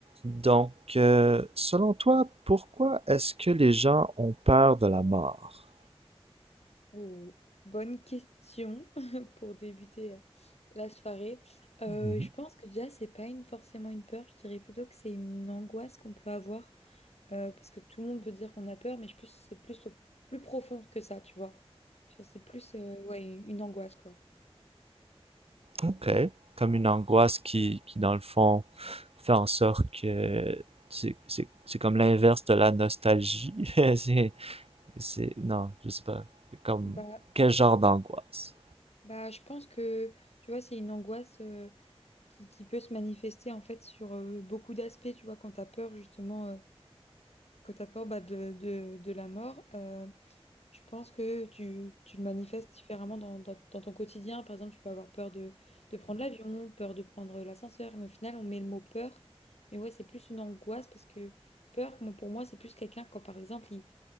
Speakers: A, on the right (about 70°); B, on the left (about 80°).
A: Donc, euh, selon toi, pourquoi est-ce que les gens ont peur de la mort?
B: Oh, bonne question <laughs> pour débuter euh, la soirée. Euh,
A: Mhm.
B: je pense que déjà, c'est pas une, forcément une peur, je dirais plutôt que c'est une angoisse qu'on peut avoir euh, parce que tout le monde peut dire qu'on a peur, mais je pense que c'est plus, au- plus profond que ça, tu vois. Genre, C'est plus euh, ouais, une une angoisse, quoi.
A: Ok, comme une angoisse qui, qui dans le fond, fait en sorte que c'est c'est- c'est comme l'inverse de la nostalgie. <laughs> C'est, c'est, non, je sais pas. Comme,
B: Bah,
A: quel genre d'angoisse?
B: bah, je pense que, tu vois, c'est une angoisse euh, qui, qui peut se manifester en fait sur euh, beaucoup d'aspects, tu vois, quand t'as peur justement, euh, quand t'as peur bah, de, de, de la mort. Euh, Je pense que tu, tu le manifestes différemment dans, dans- dans ton quotidien. Par exemple, tu peux avoir peur de, de prendre l'avion, peur de prendre l'ascenseur, mais au final, on met le mot peur. Mais ouais, c'est plus une angoisse parce que peur, moi, pour moi, c'est plus quelqu'un quand, par exemple, il,